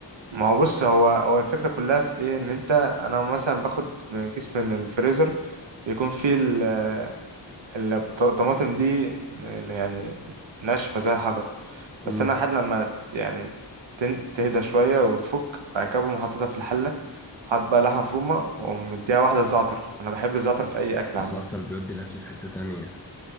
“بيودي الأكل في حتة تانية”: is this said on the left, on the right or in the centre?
Centre